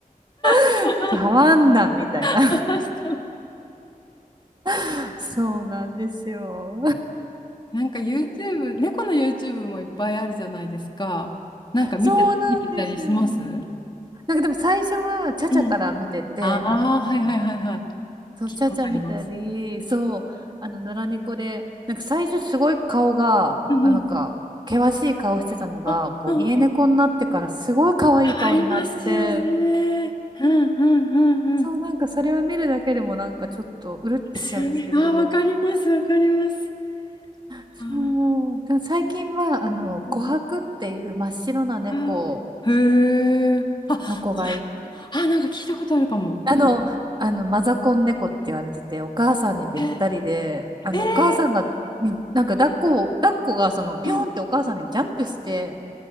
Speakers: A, on the right; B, on the left.
A: <laughs>
B: <laughs>
A: 触んな、みたいな。
B: そう
A: <laughs> そうなんですよ。
B: なんか YouTube、猫の YouTube もいっぱいあるじゃないですか。
A: <laughs>
B: なんか見て、
A: そうなんですよ。
B: 見てたりします
A: なんかでも最初は、チャチャから見てて、
B: うんああー、
A: あの、
B: はいはいはいはい。
A: そう、
B: 聞いたことあります。
A: チャチャ見たり、そう、あの、野良猫で、なんか最初すごい顔が、
B: うんうん。
A: あ、なんか、険しい顔してたのが、
B: あ、
A: こう、
B: うんうん。
A: 家猫になってからすごい可愛い顔になって、
B: ありますよね。うんうんうんうん。
A: そう、
B: で
A: なんかそれを見るだけでもなんかちょっとうるってきちゃうんですけど、
B: すよね。あー、わかります、わかります。
A: そう、
B: あー
A: でも最近は、あの、
B: うん
A: 琥珀っていう真っ白な猫
B: あーへえ。あ、
A: の子がい
B: あ、なんか聞いたことあるかも。
A: あの、あの、マザコン猫って言われてて、お母さんにべったりで、
B: え、
A: あの、
B: えー
A: お母さんが、に、なんか抱っこを、抱っこがその、ピョンってお母さんにジャンプして、
B: うん